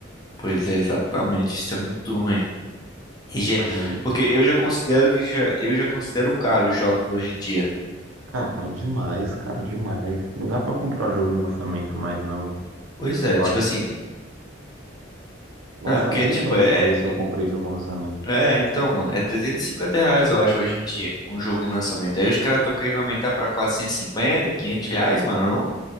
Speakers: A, on the left; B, on the right.
A: Pois é, exatamente, isso é muito ruim. E já-
B: Mas,
A: porque eu já considero que já, eu já considero caro os jogos hoje em dia.
B: cara, caro demais, caro demais. Não dá pra comprar jogo em lançamento mais, não.
A: Pois é,
B: Eu
A: tipo
B: acho
A: assim,
B: que, nossa,
A: não, é porque
B: eu nem
A: tipo,
B: lembro a
A: é,
B: última vez que eu comprei jogo em lançamento.
A: é, é, então, mano, é 350 reais, eu acho, hoje em dia, um jogo em lançamento. Aí os caras estão querendo aumentar pra 450 500 reais, mano, não,